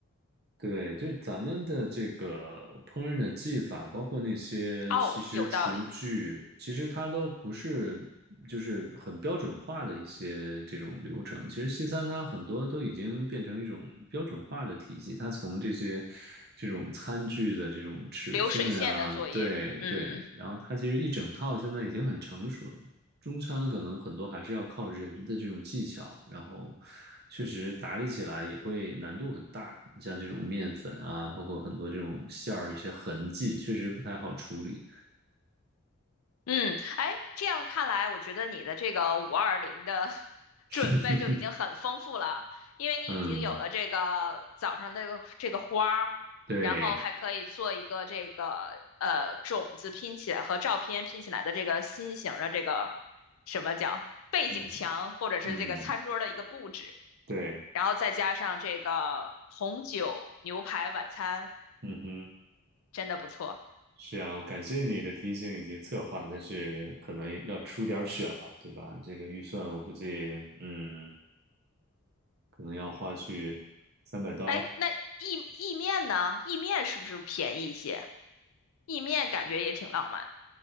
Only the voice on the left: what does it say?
哦，有道理。
流水线的作业。
嗯
嗯，哎，这样看来，我觉得你的这个五二零的 <laughs> 准备就已经很丰富了，
因为你已经有了这个早上这个这个花儿，
然后还可以做一个这个呃种子拼起来和照片拼起来的这个心形的这个什么叫背景墙，
或者是这个餐桌的一个布置，
然后再加上这个红酒牛排晚餐，
真的不错。
哎，那意意面呢？意面是不是便宜一些？意面感觉也挺浪漫的，